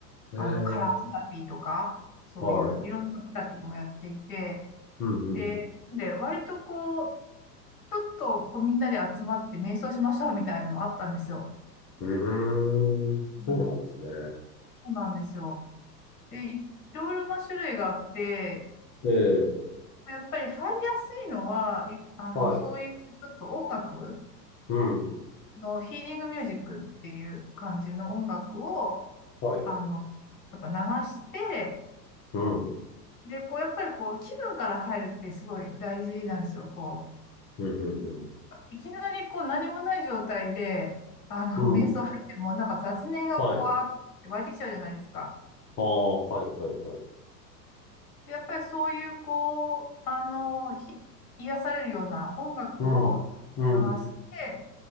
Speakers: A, on the left (about 25°); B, on the left (about 60°).
A: いはい。
B: あの、
A: ええ、
B: カラーセラピーとか、そういういろんなセラピーもやっていて、
A: はい。うんうん。
B: で、で、割とこう、ちょっとこうみんなで集まって瞑想しましょうみたいなのもあったんですよ。
A: うーん。そうなんですね。
B: うん、そうなんですよ。で、いいろいろな種類があって、
A: ええ、
B: やっぱり入りやすいのは、いあの、
A: はい。
B: そういうちょっと音楽、
A: うん。
B: のヒーリングミュージックっていう感じの音楽を、
A: はい。
B: あの、やっぱ流して、
A: うん。うん
B: で、こう、やっぱりこう、気分から入るってすごい大事なんですよ。こう、
A: うん
B: いきなりこう、何もない状態で、あの、
A: うん。
B: <laughs> 瞑想入っても、
A: うん。
B: なんか雑念がこう、
A: はい。
B: わーって湧いてきちゃうじゃないですか。
A: ああ、はいはいはい。
B: で、やっぱりそういう、こう、あの、ひ、癒されるような音楽を
A: うん。うん。
B: 流して、